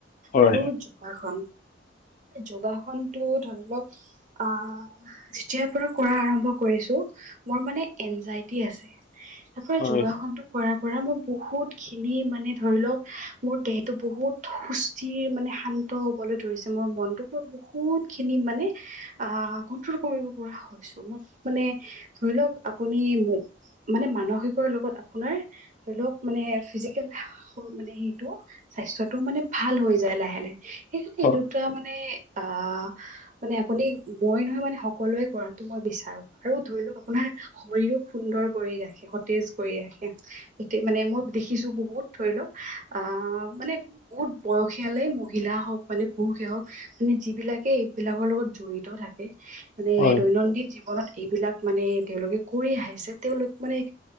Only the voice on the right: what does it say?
আৰু যোগাসন। যোগাখন টো ধৰি লওক আহ যেতিয়াৰ পৰা কৰা আৰম্ভ কৰিছো- মোৰ মানে এনজাইটি আছে। তাৰ পৰা
যোগাসনতটো কৰা- পৰা মই বহুত খিনি মানে ধৰি লওঁক মোৰ দেহটো বহুত সুস্থিৰ মানে - শান্ত হবলে ধৰিছে। মোৰ মনটোক বহুত খিনি মানে আহ কন্ট্ৰল কৰিব পৰা হ'ল। চৌ মোক মানে ধৰি লওক আপুনি মোক- মানে মানসিকৰ লগত আপোনাৰ ধৰি লওক মানে ফিজিকেল- মানে সেইটো স্বাস্থ্যটো মানে ভাল হৈ যায়। লাহে লাহে সেইকাৰণে
এই দুটা মানে- অঁ। মানে আপুনি মই নহয়। মানে সকলোৱে কৰাতো মই বিচাৰো আৰু ধৰি লও আপোনাৰ শৰীৰক- সুন্দৰ কৰি ৰাখে, সতেজ কৰি ৰাখে। এতিয়া মানে মই দেখিছো বহুত ধৰি লওক আহ- আহ মানে বহুত বয়সীয়ালে মহিলা হওক মানে পুৰুষে হওক মানে যিবিলাকে এইবিলাক- লগৰ লগত জড়িত থাকে মানে
দৈনন্দিন জীৱনত এইবিলাক মানে তেওঁলোকে কৰি আহিছে। তেওঁলোক মানে-